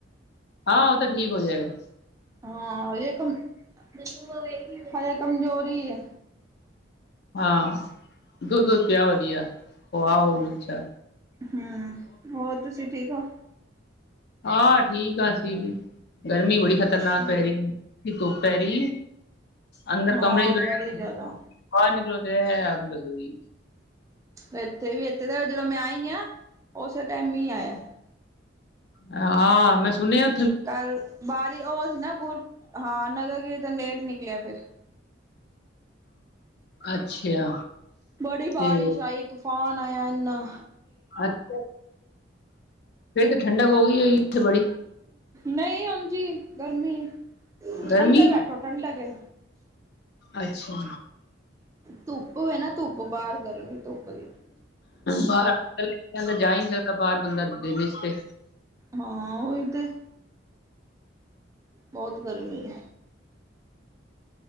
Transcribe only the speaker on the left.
ਹਾਂ, ਓ ਤੇ ਠੀਕ ਹੋ ਜੇਗਾ।
ਹਾਂ, ਦੁੱਧ-ਦੁੱਧ ਪੇਆ ਵਦੀਆ, ਖੁਆ ਓਨ ਅੱਛਾ।
ਹਾਂ, ਠੀਕ ਆਂ ਅਸੀ ਵੀ, ਗਰਮੀ ਬੜੀ ਖ਼ਤਰਨਾਕ
ਪੈ ਰੀ ਈ ਧੁੱਪ ਪੈਰੀ, ਅੰਦਰ
ਕਮਰੇ ਚ ਬਏ
<unintelligible> ਬਾਰ ਨਿਕਲੋ ਤੇ ਏ ਆੱਗ ਲੱਗਦੀ।
ਹਾ, ਮੈਂ ਸੁਨੇਆ
ਅੱਛਾ।
ਤੇ
ਅੱਛਾ, ਫੇਰ ਤੇ ਠੰਡਕ ਹੋ ਗਈ ਹੋਈ ਉਥੇ ਬੜੀ?
ਗਰਮੀ
ਅੱਛਾ।
ਬਾਰ ਗੱਲੀ ਚ ਬੰਦਾ ਜਾ ਈ ਨੀ ਸਕਦਾ, ਬਾਰ ਬੰਦਾ ਦਿਨ ਇਚ ਤੇ।